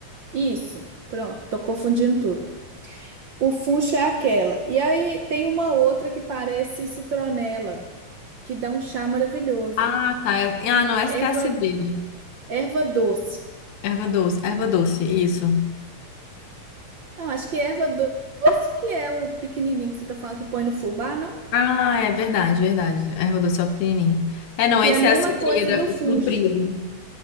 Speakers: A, on the right; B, on the left.
A: Isso, pronto, tô confundindo tudo. O funcho é aquela. E aí tem uma outra que parece citronela, que dá um chá maravilhoso.
B: Ah, tá. É- ah, não, essa que
A: Erva,
B: é a cidreira.
A: erva doce.
B: Erva doce, erva doce, isso.
A: Não, acho que erva do- doce que é o pequenininho que você tá falando que põe no fubá, não?
B: Ah, é verdade, verdade. Erva doce é o pequenininho. É, não,
A: Que
B: esse
A: é a mesma
B: é a cidreira,
A: coisa do funcho.
B: o comprido.